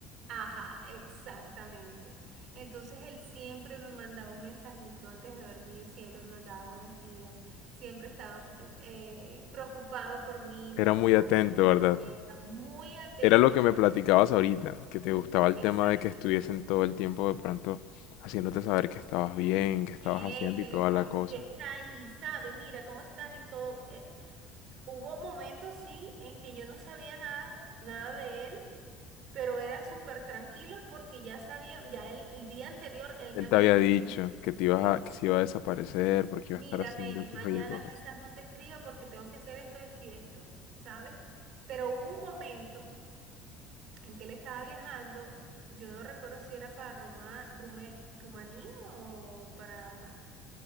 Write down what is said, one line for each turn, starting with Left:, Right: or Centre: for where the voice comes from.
Right: Ajá, exactamente. Entonces él siempre me mandaba un mensajito antes de dormir, siempre me mandaba buenos días, siempre estaba eh, preocupado por mí, me
Left: Era
Right: mandó
Left: muy atento,
Right: varias encomiendas,
Left: ¿verdad?
Right: muy atento.
Left: Era lo que me platicabas ahorita, que te gustaba el
Right: Exacto.
Left: tema de que estuviesen todo el tiempo de pronto haciéndote saber que estabas bien, que estabas
Right: Eh,
Left: haciendo
Right: que
Left: y toda
Right: le cuar-
Left: la cosa.
Right: que está ahí, sabe, mira cómo estás y todo. Eh, hubo momentos, sí, en que yo no sabía nada, nada de él, pero era súper tranquilo porque ya sabía, ya el, el día anterior él me
Left: Él
Right: había
Left: te había
Right: dicho.
Left: dicho que te ibas
Right: Exacto.
Left: a- que se iba a desaparecer porque
Right: Mira,
Left: iba a estar haciendo
Right: Mary,
Left: X
Right: mañana
Left: o Y cosas.
Right: quizás no te escriba porque tengo que hacer esto, esto y esto, ¿sabes? Pero hubo un momento en que él estaba viajando, yo no recuerdo si era para Roma- Rume- Rumanía o para,